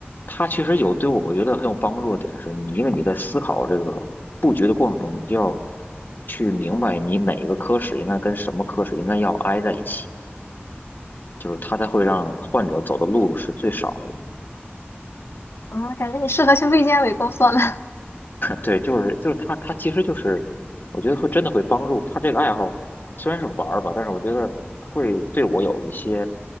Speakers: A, on the left; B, on the left.
A: 它其实有对我我觉得很有帮助的点是，你因为你在思考这个布局的过程中，你就要去明白你哪个科室应该跟什么科室应该要挨在一起，就是它才会让患者走的路是最少的。
B: 嗯，感觉你适合去卫健委工作了，
A: 对，就是就是他他其实就是，我觉得会真的会帮助他这个爱好，虽然是玩儿吧，但是我觉得会对我有一些